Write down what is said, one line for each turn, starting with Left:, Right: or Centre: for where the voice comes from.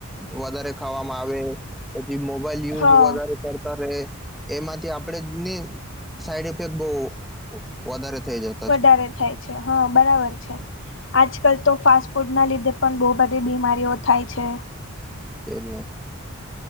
Centre: વધારે ખાવા પછી મોબાઈલ યુઝ
Left: હા
Centre: વધ ત્યારે એમાંથી આપડે ને સાઈડ ઇફેક્ટ બહુ વધારે થઈ જશે
Left: વધારે થાય છે હા બરાબર છે આજકાલ તો ફાસ્ટ ફૂડના લીધે પણ બહુ બધી બીમારીઓ થાય છે
Centre: છે ના